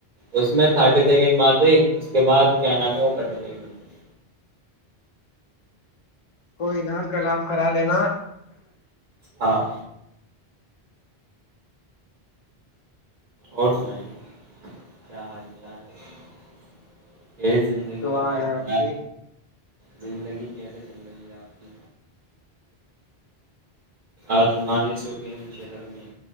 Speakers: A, on the right; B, on the left.
A: اس میں تھرٹی سیکنڈ بات ہوئی اس کے بعد کیا نام ہے وہ کٹ ہو گئی ایک دم سے
B: کوئی نا کل آپ کرا لینا
A: ہاں اور سناائی کیا حال چال ہے یہ زندگی
B: دعا
A: کا دار
B: ہے
A: و
B: آپ
A: منار
B: کی
A: زندگی کیسے چل رہی ہے آپ کی آج مائ سوک ان شہر میں